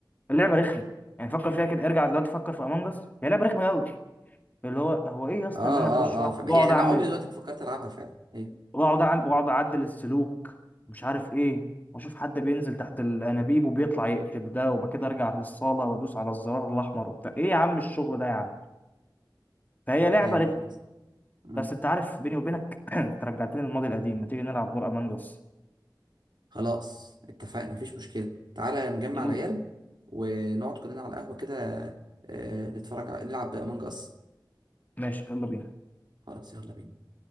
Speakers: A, on the left; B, on the right.
A: اللعبه رخمه يعني فكر فيها كده ارجع دلوقتي فكر في امونج اس هي لعبه رخمه قوي اللي هو هو ايه يا اسطى
B: اه
A: اللي انا
B: اه,
A: اخش
B: آه. فم...
A: واقعد
B: يعني انا
A: اعمل
B: عمري دلوقتي ما فكرت العبها فعلا ايوه
A: واقعد اعمل واقعد اعدل السلوك مش عارف ايه واشوف حد بينزل تحت الانابيب وبيطلع يقتل ده وبعد كده ارجع للصاله وادوس على الزرار الاحمر وبتاع ايه يا عم الشغل ده يا عم فهي لعبه
B: ايوه
A: رخمه
B: فاهم قصدك مم.
A: بس انت عارف بيني وبينك <coughs> <clears throat> انت رجعتني للماضي القديم ما تيجي نلعب دور امونج اس
B: خلاص اتفقنا مفيش مشكله تعالى نجمع
A: يلا
B: العيال ونقعد كلنا على قهوه كده آه نتفرج على نلعب امونج اس
A: ماشي يلا بينا
B: خلاص يلا بينا